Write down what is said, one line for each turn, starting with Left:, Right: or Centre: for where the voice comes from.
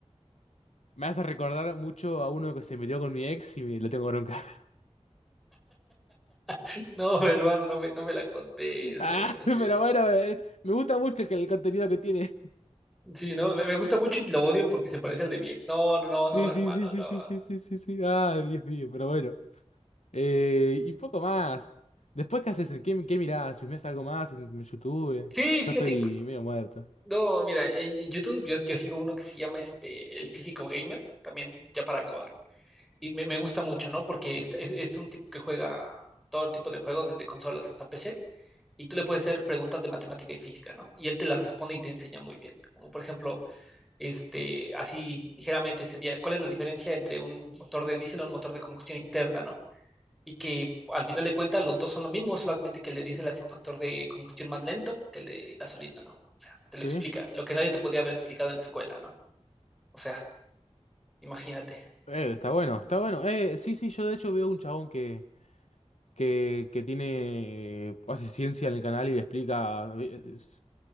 Left: me hace recordar mucho a uno que se metió con mi ex y me lo tengo bronca.
Centre: <laughs> no,
Left: <laughs>
Centre: hermano, no me, no me la contés,
Left: Ah,
Centre: no me digas
Left: pero
Centre: eso.
Left: bueno, eh, me gusta mucho que el contenido que tiene. <laughs>
Centre: Sí, no, me, me gusta mucho y lo odio porque se parece al de mi ex. No, no, no,
Left: Sí,
Centre: no, hermano,
Left: sí, sí, sí,
Centre: no.
Left: sí, sí,
Centre: no.
Left: sí, sí, sí. Ah, Dios mío, pero bueno. Eh, y poco más. Después, ¿qué haces? ¿Qué, qué mirás? ¿Filmás algo más en YouTube?
Centre: Sí,
Left: Yo
Centre: fíjate,
Left: estoy
Centre: cu-
Left: medio muerto.
Centre: no, mira, en, en YouTube yo, yo sigo uno que se llama este, el físico gamer, también ya para acabar. y me, me gusta mucho, ¿no? Porque es, es- es un tipo que juega todo tipo de juegos, desde consolas hasta PC, y tú le puedes hacer preguntas de matemática y física, ¿no? Y él te las responde y te enseña muy bien. Como por ejemplo, este, así ligeramente sería, ¿cuál es la diferencia entre un motor de diésel o un motor de combustión interna, ¿no? Y que al final de cuentas los dos son lo mismo, solamente que el de diésel hace un factor de combustión más lento que el de gasolina, ¿no? O sea, te lo explica,
Left: ¿Sí?
Centre: lo que nadie te podía haber explicado en la escuela, ¿no? O sea, imagínate.
Left: Eh, está bueno, está bueno. Eh, sí, sí, yo de hecho veo un chabón que, que, que tiene, hace ciencia en el canal y explica, eh, es-